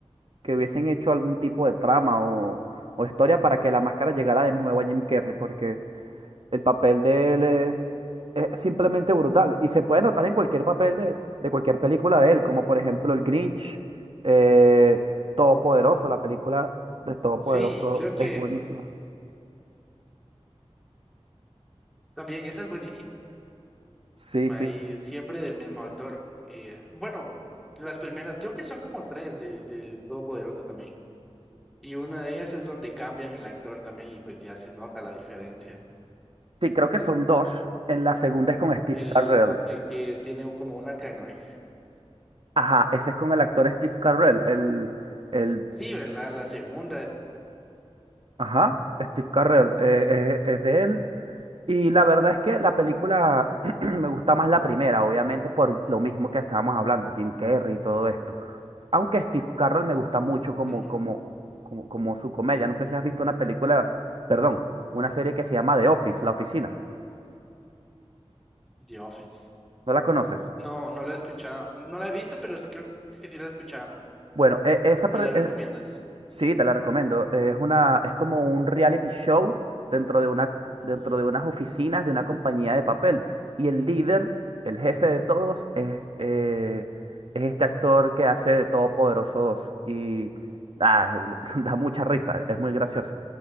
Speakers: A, on the right; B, in the centre.
A: que hubiesen hecho algún tipo de trama o, o historia para que la máscara llegara de nuevo a Jim Carrey, porque el papel de él es, es simplemente brutal y se puede notar en cualquier papel de, de cualquier película de él, como por ejemplo el Grinch, eh, Todopoderoso, la película de Todopoderoso
B: Sí, creo que
A: es buenísima.
B: también esa es buenísima
A: Sí, sí.
B: y siempre del mismo actor. Eh, bueno, las primeras, creo que son como tres de, de Todopoderoso también. Y una de ellas es donde cambian el actor también y pues ya se nota la diferencia.
A: Sí, creo que son dos. En la segunda es con Steve
B: El,
A: Carell.
B: el que tiene como un arca de Noé.
A: Ajá, ese es con el actor Steve Carell, el, el,
B: Sí, ¿verdad? La segunda.
A: ajá, Steve Carell, eh, eh, es de él. Y la verdad es que la película
B: Ujú,
A: <clears throat> me gusta más la primera, obviamente por lo mismo que estábamos hablando, Jim Carrey y todo esto. Aunque Steve Carell me gusta mucho como,
B: ujú,
A: como, como, como su comedia. No sé si has visto una película, perdón, una serie que se llama The Office, La Oficina.
B: The Office.
A: ¿No la conoces?
B: No, no la he escuchado. No la he visto, pero sí creo que sí la he escuchado.
A: Bueno, e- esa,
B: ¿Me
A: pre-
B: la recomiendas?
A: e- Sí, te la recomiendo. Es una, es como un reality show dentro de una,
B: Ujú.
A: dentro de unas oficinas de una compañía de papel. Y el líder, el jefe de todos, es, eh, es este actor que hace de Todopoderoso 2. Y ah, <laughs> da mucha
B: Mm.
A: risa, es muy gracioso.